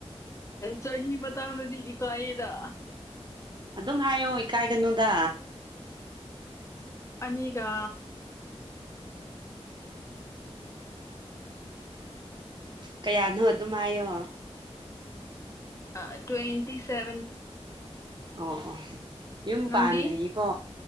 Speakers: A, on the left; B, on the right.
A: ꯆꯍꯤ ꯃꯇꯥꯡꯗꯗꯤ ꯏꯀꯥꯏꯌꯦꯗ
B: ꯑꯗꯨꯝ ꯍꯥꯏꯌꯣ ꯏꯀꯥꯏꯒꯅꯨꯗ
A: ꯑꯅꯤꯒꯥ
B: ꯀꯌꯥꯅꯣ ꯑꯗꯨꯝ ꯍꯥꯏꯌꯣ
A: ꯑ ꯇ꯭ꯋꯦꯟꯇꯤ ꯁꯦꯚꯦꯟ
B: ꯑꯣ ꯑꯣ ꯌꯨꯝ
A: ꯅꯪꯗꯤ
B: ꯄꯥꯟꯗ꯭ꯔꯤꯌꯦꯀꯣ